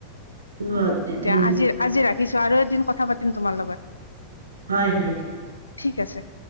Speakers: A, on the right; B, on the left.
A: অ,
B: দিয়া
A: ধন্যবাদ
B: আজি আজি ৰাখিছো আৰু এদিন কথা পাতি। তোমাৰ লগত,
A: হয় হয়
B: ঠিক আছে।